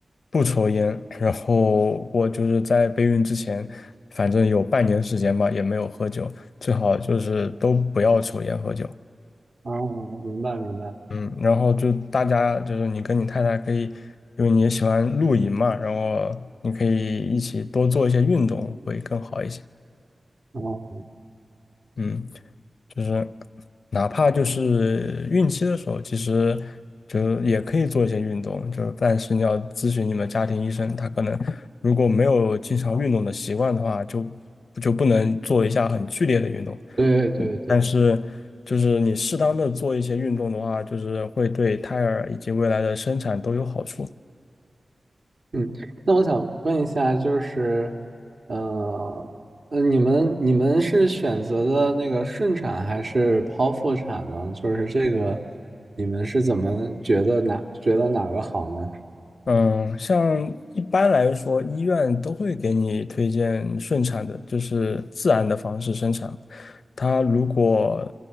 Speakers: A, on the left; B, on the right.
A: 不抽烟，然后我就是在备孕之前，反正有半年时间吧，也没有喝酒，最好就是都不要抽烟喝酒。
B: 哦，明白明白。
A: 嗯，然后就大家就是你跟你太太可以，因为你也喜欢露营嘛，然后你可以一起多做一些运动会更好一些。
B: 哦，
A: 嗯。就是哪怕就是孕期的时候，其实就也可以做一些运动，就但是你要咨询你们家庭医生，他可能如果没有经常运动的习惯的话，就就不能做一下很剧烈的运动。
B: 对对对。
A: 但是就是你适当的做一些运动的话，就是会对胎儿以及未来的生产都有好处。
B: 嗯，那我想问一下，就是，呃，呃，你们你们是选择的那个顺产还是剖腹产呢？就是这个，你们是怎么觉得哪觉得哪个好呢？
A: 嗯，像一般来说，医院都会给你推荐顺产的，就是自然的方式生产。他如果，